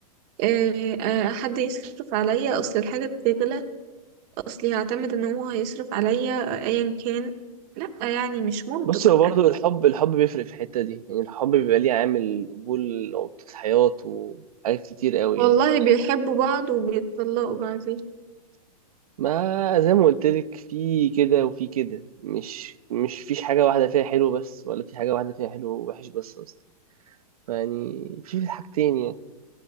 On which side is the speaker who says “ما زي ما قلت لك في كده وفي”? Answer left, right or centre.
Right